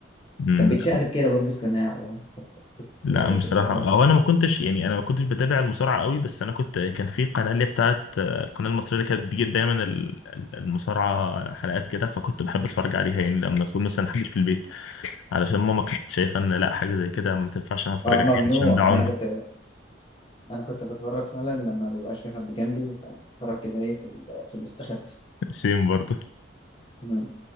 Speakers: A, on the left; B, on the left.
A: مم،
B: كان بيتشقلب كده بيلبس قناع لو انت فاكر
A: لا
B: بيخش
A: بصراحه
B: بشقلب
A: او انا ما كنتش يعني انا ما كنتش بتابع المصارعه قوي بس انا كنت كان في قناه اللي هي بتاعت آه، القناه المصريه اللي كانت بتجيب دايما ال- ال- المصارعه حلقات كده فكنت بحب اتفرج عليها يعني لما اكون مثلا محدش في البيت علشان ماما كانت شايفه ان لا حاجه زي كده ما تنفعش انا اتفرج
B: اه
A: عليها
B: ممنوع
A: عشان ده عنف
B: ما انا كنت انا كنت بتفرج فعلا لما مبيبقاش في حد جنبي بتفرج كده ايه في ال- في المستخبى
A: <laughs> سيم برضه
B: مم.